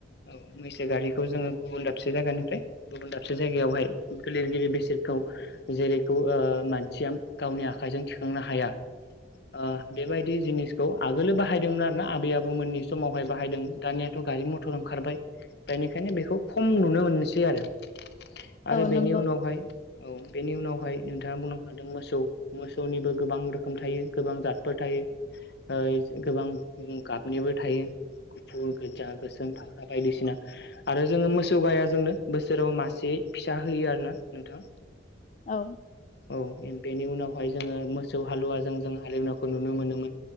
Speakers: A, on the left; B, on the left.
A: औ मैसो गारिखौ जोङो गुबुन दाबसे जायगानिफ्राय गुबुन दाबसे जायगायावहाय गिलिर गिलिर बेसादखौ जेरैखौ मानसिया गावनि आ खाइजों थिखांनो हाया ओ बेबायदि जिनिसखौ आगोलो बाहायदोंमोन आरोना आबै आबौमोननि समावहाय बाहायदोंमोन दानियाथ' गारि मटर ओंखारबाय बेनिखायनो बेखौ खम नुनो मोनसै आरो आरो
B: औ
A: बेनि
B: नंगौ
A: उनावहाय औ बेनि उनावहाय नोंथाङा बुंलांखादों मोसौ मोसौनिबो गोबां रोखोम थायो गोबां जादफोर थायो ओ गोबां गाबनिबो थायो गुफुर गोजा गोसोम फाख्रा बायदिसिना आरो जोङो मोसौ गाया जोंनो बो सोराव मासे फिसा होयो आरो ना नोंथां
B: औ
A: औ बेनि उनावहाय जोङो मोसौ हालुवाजों जों हाले एवनायखौ नुनो मोनोमोन